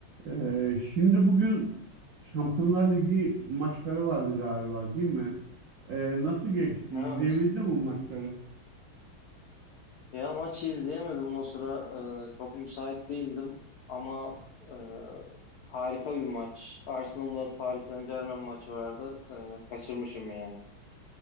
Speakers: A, on the right; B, on the left.
A: Ee, şimdi bugün Şampiyonlar Ligi maçları vardı galiba değil mi? Ee, nasıl geçti?
B: Evet.
A: İzleyebildin mi maçları?
B: Ya maçı izleyemedim o sıra. Ee, çok müsait değildim. Ama e, harika bir maç. Arsenal ve Paris Saint-Germain maçı vardı. Ee, kaçırmışım ya.